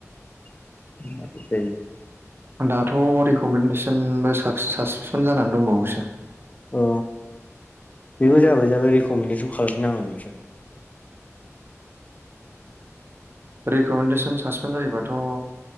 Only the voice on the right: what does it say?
दाथ' रेकमेन्डेसनबो साबेसन जानानै दंबावोसो।
रेकमेन्डेसन सासपेन जायोबाथ'